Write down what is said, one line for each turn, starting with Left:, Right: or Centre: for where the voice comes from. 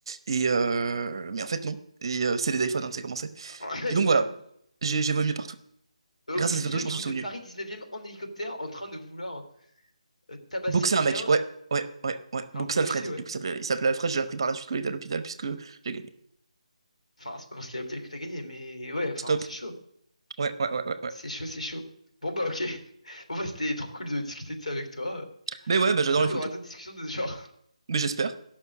Right: Et euh, mais en fait, non. Et euh, c'est les iPhones, hein, c'est commencé.
Left: <laughs> Ouais,
Right: Et
Left: c'est
Right: donc, voilà.
Left: fou.
Right: J'ai j'ai vomi partout.
Left: Au
Right: Grâce
Left: milieu,
Right: à cette photo, je
Left: du
Right: m'en suis
Left: coup,
Right: souvenu.
Left: de Paris 19e en hélicoptère en train de vouloir euh, tabasser
Right: Boxer
Left: quelqu'un,
Right: un mec. Ouais, ouais, ouais, ouais.
Left: un
Right: Boxer
Left: boxer,
Right: Alfred.
Left: ouais.
Right: Du coup, il s'appelait il s'appelait Alfred. J'ai appris par la suite qu'il était à l'hôpital puisque j'ai gagné.
Left: Enfin, c'est pas parce qu'il y a Optiel que t'as gagné, mais ouais, enfin,
Right: Stop.
Left: c'est chaud.
Right: Ouais, ouais, ouais, ouais. ouais.
Left: C'est chaud, c'est chaud. Bon bah ok. <laughs> Bon bah c'était trop cool de discuter de ça avec toi.
Right: Mais ouais, bah, j'adore
Left: J'espère
Right: les
Left: qu'on
Right: photos.
Left: aura d'autres discussions de ce genre.
Right: Mais j'espère.